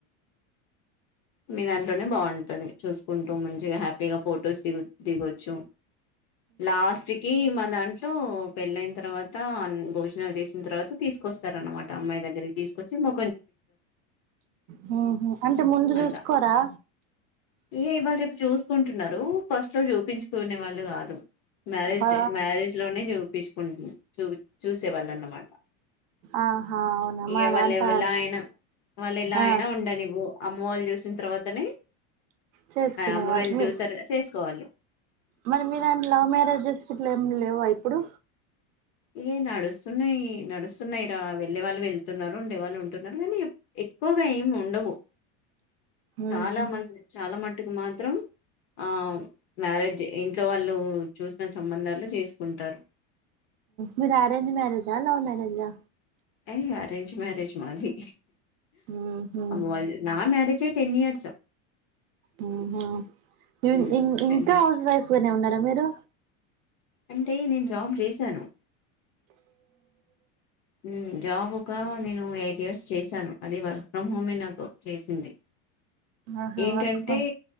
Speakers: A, on the left (about 30°); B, on the right (about 75°).
A: మీ దాంట్లోనే బాంటాది చూసుకుంటూ మంచిగా హ్యాపీ పిగా ఫొటోస్ ది దిగొచ్చు లాస్ట్ కి మా దాంట్లో పెళ్ళయిన తర్వాత భోజనాలు చేసిన తర్వాత తీసుకొస్తార అనమాట అమ్మాయి దగ్గరికి తీసుకొచ్చి మ
B: హ్మ్మ్ అంటే ముందు
A: అలా
B: చూసుకోరా
A: ఇక ఇవాళ రేపు చూసుకుంట టున్నారు ఫస్ట్ లో చూపించుకునే వాళ్ళు కాదు మ్యారేజ్
B: ఆ
A: డే మ్యారేజ్ లోనే చూపించ కుంట చూ చూసేవాళ్ళ అన్నమాట
B: ఆహా అవునా
A: ఇక
B: మా
A: వాళ్ళలేవల
B: దాంట్లో
A: అయినా వాళ్ళ ఇలా
B: ఆ
A: అయినా ఉండనివ్వు అమ్మ వాళ్ళు చూసిన తర్వాతనే
B: చేసుకునే
A: అమ్మ
B: వాళ్ళ
A: వాళ్ళు
B: మీ
A: చూసారు చేసుకోవాలి
B: మరి మీ దాంట్లో లవ్ మ్యారేజెస్ ఇట్లా ఏమి లేవా ఇప్పుడు
A: ఇ నడుస్తున్నాయి నడుస్తున్నాయి రా వెళ్ళే వాళ్ళు వెళ్తున్నారు ఉండే వాళ్ళు ఉంటున్నారు కానీ ఏ ఎక్కువగా ఏమి ఉండవు చాలా
B: ఉహు
A: మంది చాలా మట్టుకు మాత్రం ఆ మ్యారేజ్ ఇంట్లో వాళ్ళు చూసిన సంబంధాలు చేసుకుంటారు
B: మీద అరేంజ్ మ్యారేజా లవ్ మ్యారేజా
A: ఏయ అరేంజ్ మ్యారేజ్ మాది
B: ఉహు
A: మ నా మ్యారేజ్ టెన్ ఇయర్స్
B: అవునా
A: మ్మ్ టెన్
B: ఇంకా
A: ఇయర్స్
B: హౌస్ వైఫ్ గానే ఉన్నారా మీరు
A: అంటే నేను జాబ్ చేసాను హ్మ్ జాబ్ ఒక నేను ఎయిట్ ఇయర్స్ చేశాను అది వర్క్ ఫ్రమ్ హోమే నాకు చేసింది
B: ఆహా
A: ఏంటంటే
B: వర్క్ ఫ్రమ్